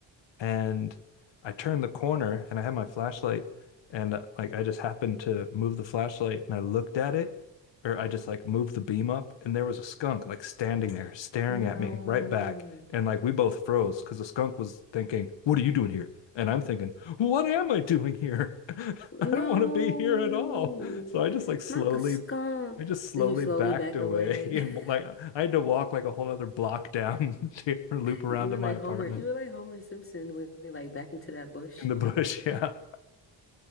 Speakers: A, on the left (about 80°); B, on the left (about 30°).
A: and I turned the corner and I had my flashlight and uh, like I just happened to move the flashlight and I looked at it or I just like moved the beam up and there was a skunk like standing there staring
B: No.
A: at me right back and like we both froze because the skunk was thinking, "What are you doing here?" And I'm thinking, "What am I doing here? <laughs> I
B: No,
A: don't want to be here at all." So I just like slowly
B: not the skunk.
A: I just slowly
B: You slowly
A: backed
B: backed
A: away
B: away.
A: <laughs>
B: <laughs>
A: and like I had to walk like a whole other block down <laughs> to loop around
B: You were
A: to my
B: like
A: apartment
B: Homer. You were like Homer Simpson when you like backed into that bush.
A: in the bush. Yeah.